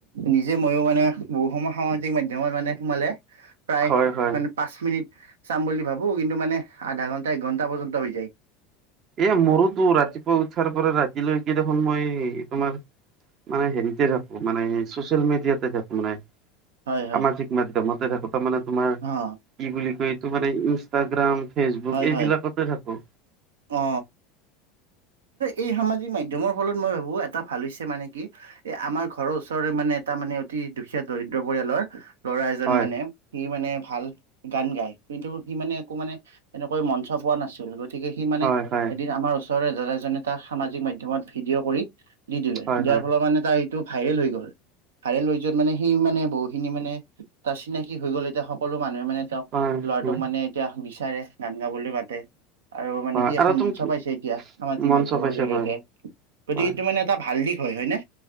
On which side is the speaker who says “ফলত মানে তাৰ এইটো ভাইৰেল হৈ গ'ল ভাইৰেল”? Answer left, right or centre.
Right